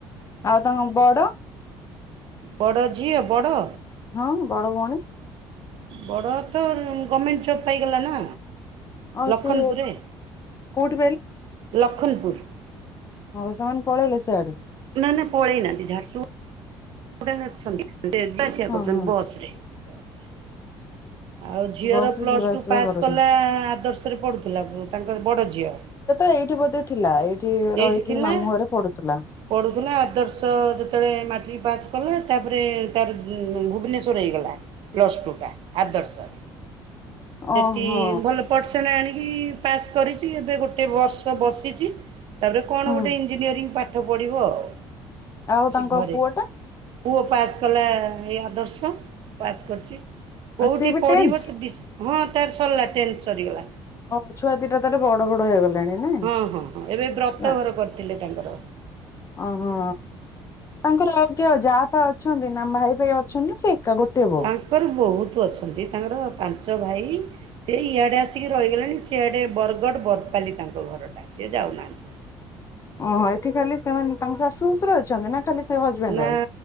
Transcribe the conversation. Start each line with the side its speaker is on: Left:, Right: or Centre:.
Left: ଆଉ ତାଙ୍କ ବଡ।
Right: ବଡ଼ ଝିଅ ବଡ।
Left: ହଁ ବଡ ଭଉଣୀ।
Right: ବଡ ତ ଗଭର୍ମେଣ୍ଟ ଜବ୍ ପାଇଗଲା ନା।
Left: ଆଉ
Right: ଲଖନପୁରରେ
Left: ସେ କୋଉଠି
Right: ଲଖନ୍ ପୁର।
Left: ହଉ ସେମାନେ ପଳେଇଲେ ସେଆଡେ।
Right: ନା ନା ପଳେଇନାହାନ୍ତି, ଝାରସୁଗୁଡା ରେ ଅଛନ୍ତି, ଯିବା ଆସିବା
Left: ହଁ
Right: କରୁଛନ୍ତି
Left: ହଁ
Right: ବସ ରେ। ବସରେ। ଆଉ ଝିଅର
Left: ବସ ରେ
Right: ପ୍ଲସ୍
Left: ଯିବା
Right: ଟୁ
Left: ଆସିବା
Right: ପାସ୍
Left: କରୁଛନ୍ତି।
Right: କଲା ଆଦର୍ଶରେ ପଢ଼ୁଥିଲା, ତାଙ୍କ ବଡ଼ ଝିଅ।
Left: ଏଇଠି ବୋଧେ ଥିଲା, ଏଇଠି
Right: ଏଇଠି
Left: ରହିକି
Right: ଥିଲା।
Left: ମାମୁଁ ଘରେ ପଡୁଥିଲା।
Right: ପଢ଼ୁଥିଲା, ଆଦର୍ଶ ଯେତେବେଳେ ମାଟ୍ରିକ୍ ପାସ୍ କଲା, ତାପରେ ତାର ଭୁବନେଶ୍ଵର ହେଇଗଲା ପ୍ଲସ୍ ଟୁ ଟା। ଆଦର୍ଶରେ, ସେଠି
Left: ଓହୋ
Right: ଭଲ ପସେଣ୍ଟ ଆଣି କି ପାସ୍ କରିଛି, ଏବେ ଗୋଟେ ବର୍ଷ ବସିଛି, ତାପରେ କଣ
Left: ହୁଁ
Right: ଗୋଟେ ଇଞ୍ଜିନିୟରି ପା ପାଠ ପଢ଼ିବ ଆଉ।
Left: ଆଉ ତାଙ୍କ
Right: ଘରେ।
Left: ପୁଅ ଟା।
Right: ପୁଅ ପାସ୍ କଲା, ଏ ଆଦର୍ଶ ପାସ୍ କରିଛି। କୋଉଠି
Left: ସିଏ ବି
Right: ପଢିବ,
Left: ଟେନ୍ଥ।
Right: ସେ ଡିସ ହଁ ତାର ସରିଲା ଟେନ୍ଥ ସରିଗଲା।
Left: ଓ ଛୁଆ ଦିଟା ତାର ବଡ ବଡ ହେଇଗଲାଣି ନାଇଁ।
Right: ହଁ ହଁ ହଁ ଏବେ ବ୍ରତ
Left: ନା।
Right: ଘର କରିଥିଲେ ତାଙ୍କର। ର।
Left: ଓହୋ, ତାଙ୍କର ଆଉ କିଏ ଯାହା ଫା ଅଛନ୍ତି ନା ଭାଇ ଫାଇ ଅଛନ୍ତି ସେ ଏକା ଗୋଟିଏ ବୋଉ?
Right: ତାଙ୍କର ବହୁତ ଅଛନ୍ତି, ତାଙ୍କର ପାଞ୍ଚ ଭାଇ, ସେ ଇଆଡ଼େ ଆସିକି ରହିଗଲେଣି, ସିଆଡ଼େ ବରଗଡ଼ ବରପାଲି ତାଙ୍କ ଘରଟା। ସେଏ ଯାଉନାହାନ୍ତି।
Left: ଓହୋ, ଏଠି ଖାଲି ସେମାନେ ତାଙ୍କ ଶାଶୁ ଶଶୁର ଅଛନ୍ତି ନା ଖାଲି ସେ ହଜବେଣ୍ଡ
Right: ନା,
Left: ୱାଇଫ୍?